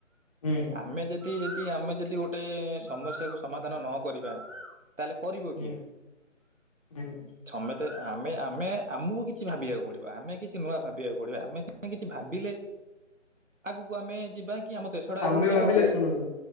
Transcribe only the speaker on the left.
ହୁଁ।
ହୁଁ
ହୁଁ
ଆମେ
ଭାବିଲେ ଶୁଣନ୍ତୁ